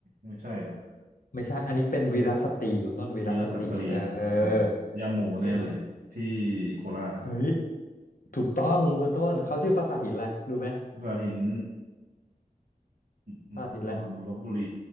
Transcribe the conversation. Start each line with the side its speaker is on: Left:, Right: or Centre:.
Right: ไม่ใช่เหรอ
Left: ไม่ใช่อันนี้เป็นวีรสตรีคุณต้นวีรสตรีเอ
Right: วีรสตรีโอเค
Left: อ
Right: ย่าโมแน่เลยที่
Left: วีรสตรี
Right: โคราชครับ
Left: เฮ้ย ถูกต้องคุณต้นเขาชื่อปราสาทหินอะไรรู้ไหม
Right: สาหินอืมอ่าลพบุรี
Left: ปราสาทหินอะไร